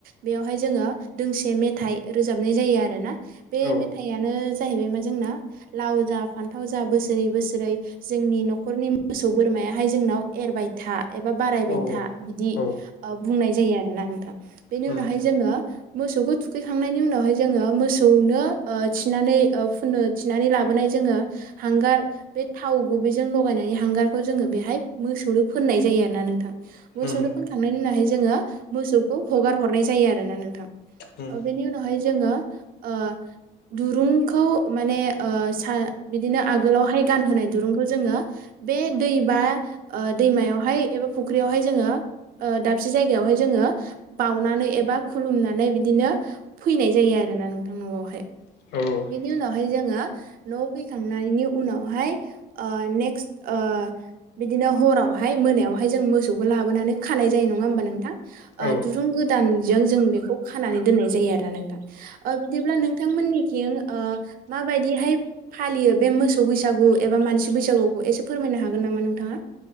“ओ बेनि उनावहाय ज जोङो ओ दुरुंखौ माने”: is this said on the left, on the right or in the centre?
Right